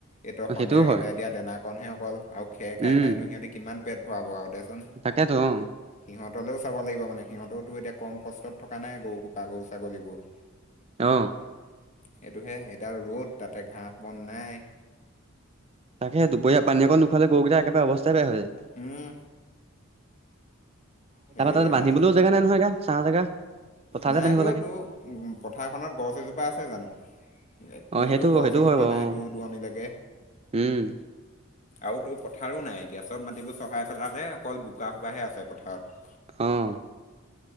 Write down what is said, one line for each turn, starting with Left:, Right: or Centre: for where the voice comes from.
Left: এইটো সন্ধিয়া
Right: সেইটোও হয়
Left: সিজাই দিয়া দানাকণহে অকল আৰু খেৰ খাই
Right: উম
Left: খাইনো সিহঁতি কিমান পেট ভৰাব আৰু দেচোন
Right: তাকেতো অ
Left: সিহঁতলেও কিবা মানে সিহঁতো এতিয়া কম কষ্টত থকা নাই গৰুসোপা গৰু ছাগলীবোৰ
Right: আহ,
Left: সেইটোহে এডাল ৰ'দ তাতে ঘাঁহ বন নাই
Right: তাকে দুপহৰীয়া পানী অকণ নোখোৱালে গৰুগা একেবাৰে অৱস্থাই বেয়া হয়
Left: উম, সেয়া
Right: তাপা তাতে বান্ধিবলৈও
Left: হৈছে
Right: জেগা নাই নহয় গা চাহ জেগা পথাৰতে
Left: নাইতো
Right: বান্ধিব লাগে
Left: তোৰ পথাৰখনত গছ এজোপা আছে জানো ক'তো
Right: অ সেইটো
Left: গছ
Right: সেইটো
Left: এজোপা
Right: হয় বাৰু
Left: নাই
Right: অ
Left: দূৰ দৰণিলৈকে
Right: উম
Left: আৰু তো পথাৰো নাই এতিয়া চব মাটিবোৰ চহাই পেলালে অকল বোকা সোকাহে আছে পথাৰত
Right: আহ,